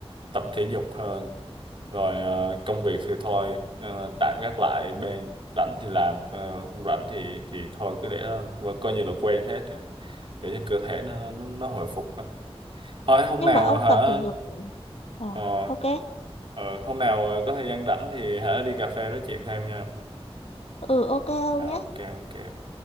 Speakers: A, on the right; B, on the left.
A: tập thể dục hơn rồi ờ, công việc thì thôi ờ, tạm gác lại bên rảnh thì làm ờ, không rảnh thì thì thôi cứ để mà coi như là quên hết rồi để cho cơ thể nó nó, nó hồi phục á. thôi hôm
B: nhưng
A: nào
B: mà ông
A: hả
B: tập thể dục ờ
A: ờ,
B: ok
A: ờ, hôm nào có thời gian rảnh thì hả đi cà phê nói chuyện thêm nha
B: ừ ok ông
A: Ờ,
B: nhé
A: ok ok